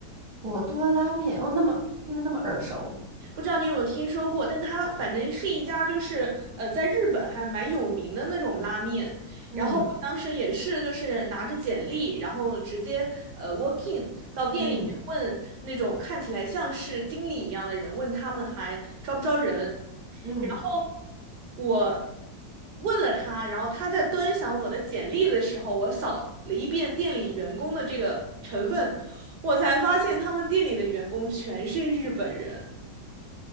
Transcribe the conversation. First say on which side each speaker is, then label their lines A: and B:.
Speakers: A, on the right; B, on the right.
A: 博多拉面哦，那么听着那么耳熟，
B: 不知道你有没有听说过，但它反正是一家就是呃，在日本还蛮有名的那种拉面。
A: 嗯
B: 然后我当时也是就是拿着简历，然后直接呃 walk in g 到店里面问那种看起来像是经理一样的人，
A: 嗯
B: 问他们还招不招人。
A: 嗯
B: 然后我问了他，然后他在端详我的简历的时候，我扫了一遍店里员工的这个成分，我才发现他们店里的员工全是日本人。